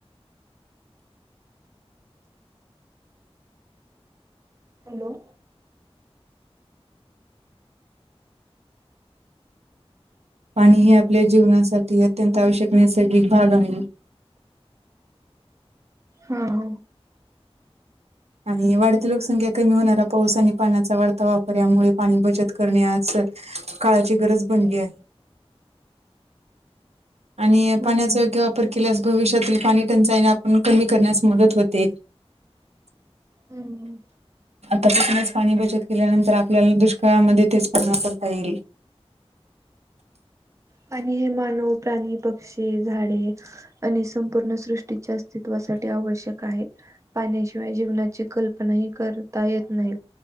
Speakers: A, on the right; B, on the right.
A: हॅलो
B: पाणी हे आपल्या जीवनासाठी अत्यंत आवश्यक नैसर्गिक भाग आहे
A: हा हा
B: आणि वाढती लोकसंख्या कमी होणारा पाऊस आणि पाण्याचा वाढता वापर यामुळे पाणी बचत करणेज काळाची गरज बनली आहे आणि पाण्याचा
A: हम्म
B: योग्य वापर केल्यास भविष्यातील पाणी टंचाईन आपण कमी करण्यास मदत होते <unintelligible>
A: हम् हम
B: तस पच पाणी बचत केल्यानंतर आपल्याला दुष्काळामध्ये तेच पूर्ण करता येईल
A: पाणी हे मानव प्राणी पक्षी झाडे आणि संपूर्ण सृष्टीच्या अस्तित्वासाठी आवश्यक आहे पाण्याशिवाय जीवनाची कल्पना ह करता येत नाही